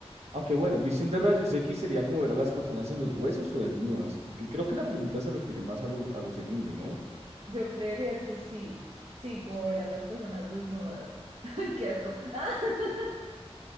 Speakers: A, on the right; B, on the right.
A: Aunque bueno, visión de rayos X sería como ver a las personas en los huesos o desnudas. Aunque creo que la pregunta se refiere más a lo, a lo segundo, ¿no?
B: yo creería que sí. Sí, como
A: Sí.
B: ver a las personas desnudas. <laughs> Ay, qué asco. <laughs>